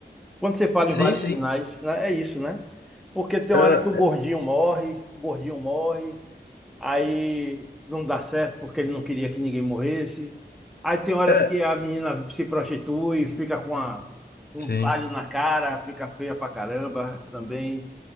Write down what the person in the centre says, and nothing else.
Quando você fala
em vários
finais, né, é isso, né? Porque tem
uma hora que o gordinho morre, o gordinho morre, aí não dá certo porque ele não queria que ninguém morresse. Aí tem horas
que
a menina se prostitui, fica com a- um
palho na cara, fica feia pra caramba também.